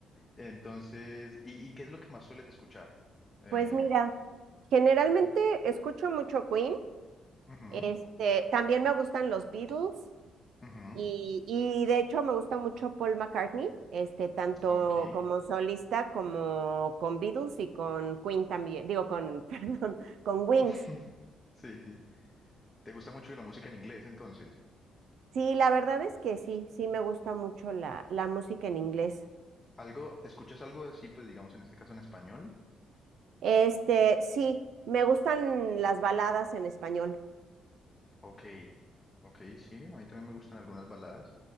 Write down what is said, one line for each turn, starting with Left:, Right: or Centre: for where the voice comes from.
Left: Entonces, ¿y, y qué es lo que más sueles escuchar? Eh,
Right: Pues mira, generalmente
Left: <laughs>
Right: escucho mucho Queen,
Left: ujú,
Right: este, también me gustan los Beatles
Left: ujú,
Right: y, y de hecho me gusta mucho Paul McCartney, este, tanto
Left: ok.
Right: como solista como con Beatles y con Queen también, digo con, <laughs> perdón, con Wings.
Left: <laughs> Sí, sí. ¿Te gusta mucho la música en inglés, entonces?
Right: Sí, la verdad es que sí, sí me gusta mucho la, la música en inglés.
Left: ¿Algo, escuchas algo así, pues digamos en este caso en español?
Right: Este, sí, me gustan las baladas en español.
Left: Ok, ok, sí, a mí también me gustan algunas baladas.